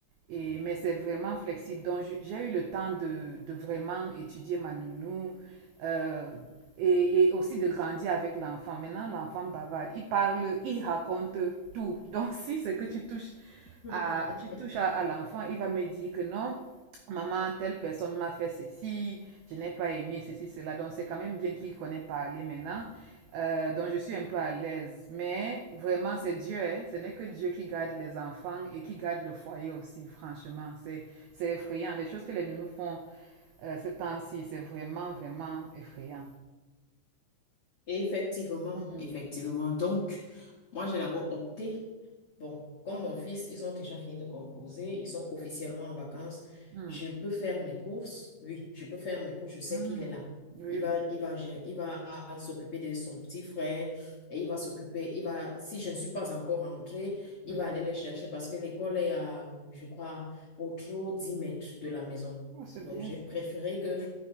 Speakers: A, on the right; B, on the left.
A: et, mais c'est vraiment flexible. Donc, je- j'ai eu le temps de, de vraiment étudier ma nounou euh, et, et aussi de grandir avec l'enfant. Maintenant, l'enfant bavarde. Il parle, il raconte tout. Donc, <laughs> si c'est que tu touches
B: <laughs>
A: à, tu touches à, à l'enfant, il va me dire que non. Maman, telle personne m'a fait ceci, je n'ai pas aimé ceci, cela. Donc, c'est quand même bien qu'il connaît parler maintenant. Euh, donc, je suis un peu à l'aise. Mais vraiment, c'est Dieu. hein. Ce n'est que Dieu qui garde les enfants et qui garde le foyer aussi, franchement. C'est c'est effrayant. Les choses que les nounous font euh, ce temps-ci, c'est vraiment, vraiment effrayant.
B: Effectivement,
A: Mm,
B: effectivement. Donc, Moi, j'ai d'abord opté. Bon, comme mon fils, ils ont déjà fini de composer, ils sont officiellement en vacances.
A: mm,
B: Je peux faire mes courses. Oui, je peux faire mes courses. Je sais
A: mm.
B: qu'il est là.
A: Oui,
B: Il va,
A: oui.
B: il va, gérer- il va s'occuper de son petit frère et il va s'occuper. Il va, si je ne suis pas encore rentrée, il
A: Mm.
B: va aller les chercher parce que l'école est à, je crois, au trop 10 mètres de la maison.
A: Oh, c'est
B: Donc,
A: bien
B: j'ai
A: ça.
B: préféré que